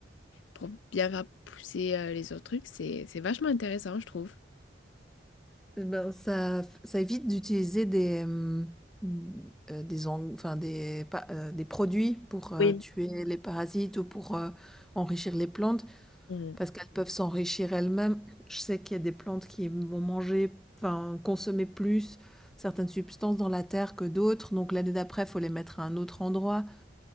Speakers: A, on the left; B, in the centre.
A: pour bien faire pousser euh, les autres trucs, c'est c'est vachement intéressant, je trouve.
B: Eh ben, ça, ça évite d'utiliser des, hum, euh, des, en- enfin, des, pa- euh, des produits pour euh,
A: Oui.
B: tuer les parasites ou pour euh, enrichir les plantes.
A: Mhm.
B: Parce qu'elles peuvent s'enrichir elles-mêmes. Je sais qu'il y a des plantes qui vont manger, enfin consommer plus certaines substances dans la terre que d'autres. Donc l'année d'après, il faut les mettre à un autre endroit.